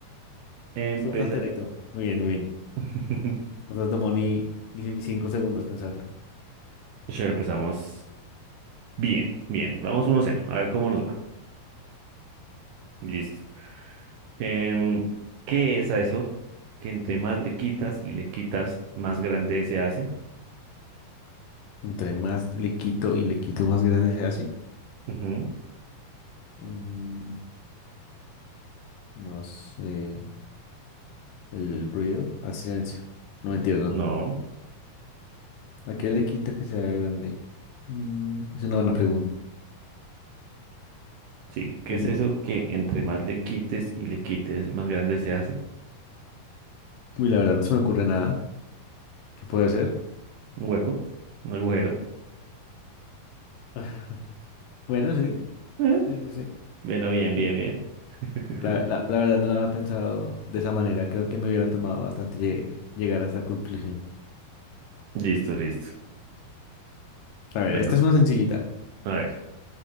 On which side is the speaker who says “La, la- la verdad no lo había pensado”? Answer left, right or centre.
Left